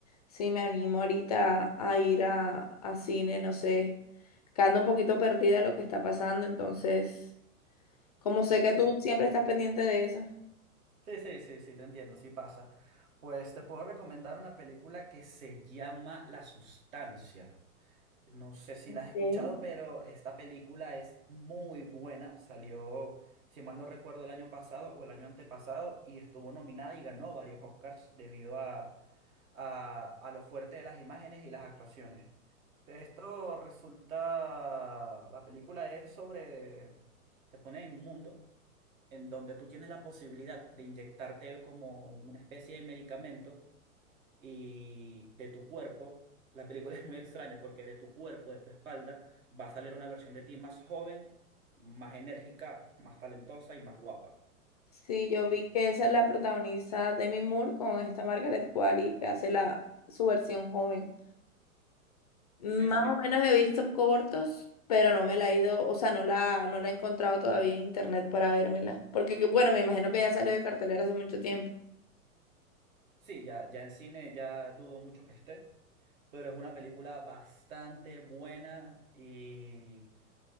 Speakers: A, on the left (about 30°); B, on the right (about 65°).
A: sí me animo ahorita a ir a, a cine, no sé. Que ando un poquito perdida de lo que está pasando, entonces, como sé
B: Sí,
A: que tú siempre estás pendiente de eso.
B: sí, sí, sí, sí, te entiendo, sí pasa. Pues te puedo recomendar una película que se llama La Sustancia. No sé si
A: Ok.
B: la has escuchado, pero esta película es muy buena. Salió, si mal no recuerdo, el año pasado o el año antepasado y estuvo nominada y ganó varios Oscars debido a, a, a lo fuerte de las imágenes y las actuaciones. Esto resulta, la película es sobre, te pone en un mundo en donde tú tienes la posibilidad de inyectarte como una especie de medicamento y de tu cuerpo. La película es muy extraña porque de tu cuerpo, de tu espalda, va a salir una versión de ti más joven, más enérgica, más talentosa y más guapa.
A: Sí, yo
B: Y
A: vi que esa es la protagonista Demi Moore con esta Margaret Qualley que hace la, su versión joven. Más
B: sí, sí,
A: o menos he visto cortos, pero no me la he ido, o sea, no la, no la he encontrado todavía en internet para vérmela. Porque, que- bueno, me imagino que ya salió de cartelera hace mucho tiempo.
B: sí, ya, ya en cine ya dudo mucho que esté, pero es una película bastante buena y